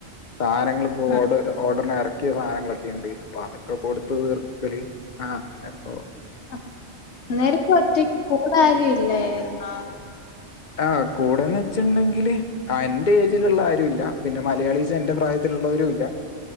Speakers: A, on the left; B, on the left.
A: സാനങ്ങള്പ്പ
B: ഉം
A: ഓഡ് ഓഡ എർക്ക്യ സാധനങ്ങളൊക്കെ ഇണ്ട് അപ്പൊ അതൊക്കെ കൊടുത്ത് തീർക്കല് ആഹ് അപ്പോ
B: അം അന്നേര ഒറ്റെയ്ക്ക് കൂടെ ആരും ഇല്ലേയ്ര്ന്നാേ
A: ആഹ് കൂടെന്നെച്ച്ണ്ടെങ്കില് ആഹ് എന്റെ ഏജില്ള്ള ആരും ഇല്ല പിന്നെ മലയാളീസ് എന്റെ പ്രായത്തിലുള്ളവരും ഇല്ല